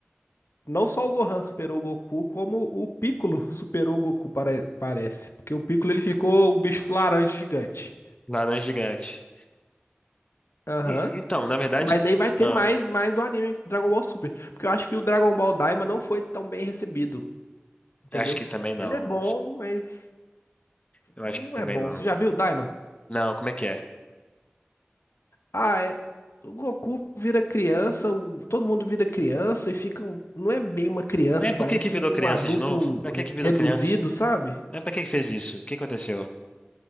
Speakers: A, on the left; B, on the left.
A: Não só o Gohan superou o Goku, como o Piccolo superou o Goku, pare- parece. Porque o Piccolo, ele ficou o bicho laranja gigante.
B: Laranja Gigante.
A: Aham.
B: E- então, na verdade.
A: Mas aí vai ter
B: Ah,
A: mais, mais do anime Dragon Ball Super. Porque eu acho que o Dragon Ball Daima não foi tão bem recebido, entendeu?
B: acho que também não.
A: Ele é bom, mas
B: Eu acho
A: não
B: que também
A: é bom.
B: não.
A: Você já viu o Daima?
B: Não, como é que é?
A: Ah, é. O Goku vira criança, o- todo mundo vira criança e fica. um- Não é bem uma criança,
B: Mas
A: parece
B: por que que virou
A: um
B: criança
A: adulto
B: de novo? Pra
A: re-
B: que que virou
A: reduzido,
B: criança?
A: sabe?
B: Mas pra que que fez isso? O que aconteceu?